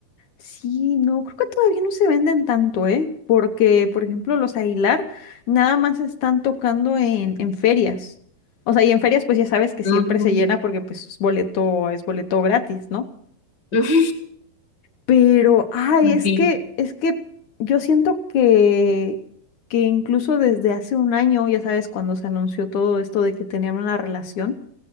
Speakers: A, on the left; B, on the left.
A: sí, no, creo que todavía no se venden tanto, ¿eh? Porque, por ejemplo, los Aguilar nada más están tocando en, en ferias. O sea, y en ferias pues ya sabes que siempre
B: No.
A: se llena porque pues es boleto, es boleto gratis, ¿no?
B: no. <laughs>
A: Pero, ay, es
B: Sí,
A: que, es que yo siento que, que incluso desde hace un año, ya sabes, cuando se anunció todo esto de que tenían una relación,